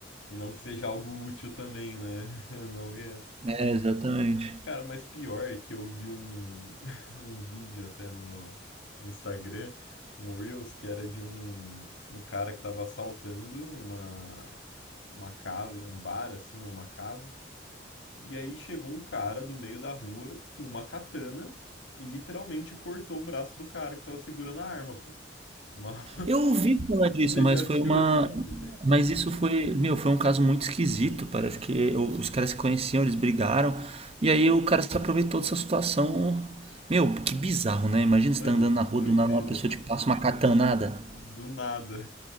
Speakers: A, on the left (about 85°); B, on the right (about 30°).
A: E não que seja algo útil também, né? <laughs> Não é.
B: É, exatamente.
A: Cara, mas pior é que eu vi um, <laughs> um vídeo até no, no Instagram, um Reels, que era de um, um cara que tava assaltando uma, uma casa, um bar, assim, ou uma casa. E aí chegou um cara do meio da rua com uma katana e literalmente cortou o braço do cara que tava segurando a arma, pô. Uma... <laughs>
B: Eu ouvi falar disso,
A: Você
B: mas
A: já
B: foi
A: viu
B: uma.
A: esse vídeo?
B: Mas isso foi, meu, foi um caso muito esquisito. Parece que o- os caras se conheciam, eles brigaram. E aí o cara se aproveitou dessa situação. Meu, que bizarro, né? Imagina
A: Mano,
B: você tá andando na rua,
A: doideira.
B: do nada uma pessoa te passa uma catanada.
A: Do nada.